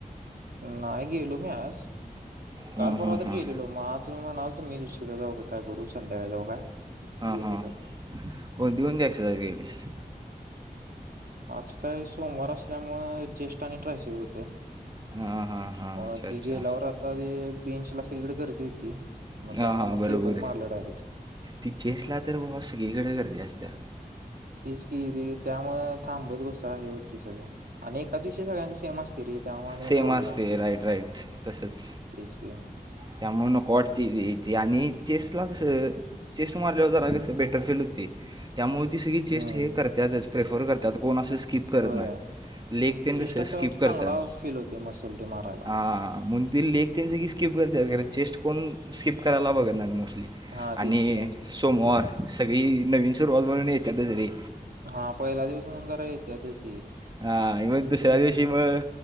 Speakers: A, on the right (about 80°); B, on the right (about 30°).
A: नाही गेलो मी आज
B: हां
A: काल परवा
B: हां
A: तर
B: हां
A: गेलेलो मज म्हणाल तर मी दुसरीकडे जाऊ हो. काय करू संध्याकाळ जाऊ का
B: हां
A: गेलो
B: हां
A: तर.
B: कोणती कोणती एक्सरसाइज केलीस
A: आज काय सोमवार असल्यामुळे चेष्ट आणि ट्रयस होते्या.
B: हां हां हां
A: अ
B: अच्छा अच्छा
A: ते गेल्यावर आता ते बेंच ला सगळीकडे गर्दी होती.
B: हां
A: मग त्यामुळे
B: हां
A: मग
B: बरोबर
A: केबल
B: आहे.
A: मारलं डायरेक्ट.
B: ती चेसला तर व सगळीकडे गर्दी असते.
A: तेच की त्यामुळं थांबत बसा हे होते सगळ्या आणि एका दिवशी सगळ्यांच सेम असते रे. त्यामुळे
B: सेम
A: प्रॉब्लेम
B: असते
A: होते
B: राईट राईट तसच
A: तेच की
B: त्यामुळे नको वाटत ते. ते आणि चेस ला कसं चेस्ट मारल्यावर जरा कसं बेटर फील होती. त्यामुळे ती सगळी चेस्ट
A: हम्म
B: हे करतातच प्रेफर करतात कोण असं स्कीप करत
A: होय
B: नाही लेग तेन
A: चेस्ट
B: कसं
A: असा
B: स्कीप करतात.
A: चांगला फील होते मसल ते मारायला
B: हा मुं त लेग त्यां सी स्किप करतात चेस्ट कोण स्किप करायला बघत नाही मोस्ट.
A: हा तेच
B: आणि
A: की
B: सोमवार सगळी नवीन सुरुवात बनून येते तर जरी.
A: हा पहिला दिवस म्हणून जरा येते तेच.
B: हा इव्हन दुसऱ्या दिवशी मग